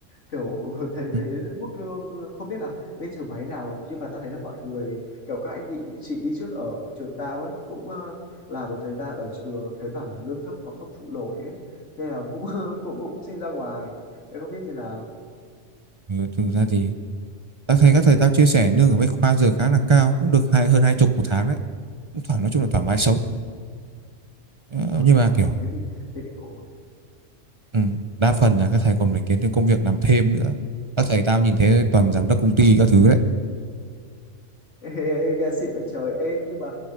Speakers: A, on the left; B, on the right.
A: kiểu <laughs> thấy
B: ừ.
A: thấy mức lương không biết là bên trường máy nào nhưng mà ta thấy là mọi người kiểu các anh đi chị đi trước ở trường tao ấy cũng ờ, làm một thời gian ở trường thấy bảo là lương thấp quá không trụ nổi ấy thế là cũng <laughs> cũng cũng xin ra ngoài thế không biết thì là
B: Ừ, thực ra thì tao thấy các thầy tao chia sẻ lương ở Bách Khoa giờ khá là cao cũng được hai hơn hai chục một tháng đấy cũng thoải nói chung là thoải mái sống ờ,
A: ờ
B: nhưng mà
A: ờ
B: kiểu
A: thế thì thế thì ổn
B: ừ, đa phần là các thầy còn phải kiếm thêm công việc làm thêm nữa các thầy tao nhìn thấy toàn giám đốc công ty các thứ đấy
A: <laughs> ê, ê, ê, nghe xịn vậy trời ê nhưng mà